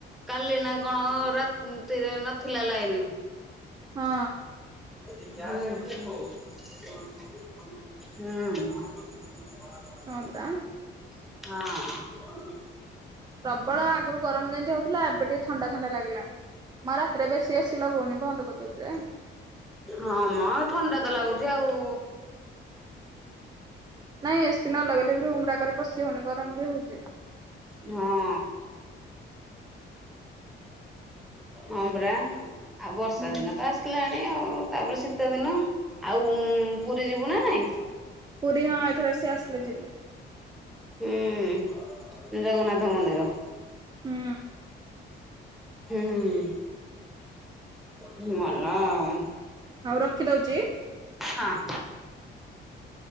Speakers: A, in the centre; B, on the right (about 20°).
A: କାଲି ନା କଣ ରାତିରେ ନଥିଲା ଲାଇନ।
B: ହଁ।
A: ହୁଁ ହୁଁ। ହଁ।
B: ହଁ ପରା ପ୍ରବଳ ଆଗରୁ ଗରମ ଯେମିତି ହଉଥିଲା ଏବେ ଟିକେ ଥଣ୍ଡା ଥଣ୍ଡା ଲାଗିଲାଣି। ମୁଁ ଆଉ ରାତିରେ ବେଶୀ ଏସି ଲଗଉନି ବନ୍ଦ କରିଦଉଚି।
A: ହଁ ମ ଥଣ୍ଡା ତ ଲାଗୁଚି ଆଉ।
B: ନାଇଁ ଏସି ନ ଲଗେଇଲେ ବି ରୁମ ରା ପଶି ହଉନି ଗରମ ବି ହଉଚି।
A: ହଁ। ହଁ ପରା ଆଉ ବର୍ଷା
B: ହୁଁ
A: ଦିନ ତ ଆସିଲା ଭି ଆଉ ତାପରେ ଶୀତ ଦିନ ଆଉ ପୁରୀ ଯିବୁ ନା ନାଇଁ?
B: ପୁରୀ ହଁ ଏଇଥର ସେ ଆସିଲେ ଯିବି।
A: ହୁଁ ଜଗନ୍ନାଥ ମନ୍ଦିର।
B: ହୁଁ।
A: ହୁଁ, ହୁଁ ମଲା ଆଉ।
B: ହଉ ରଖିଦଉଚି।
A: ହଁ।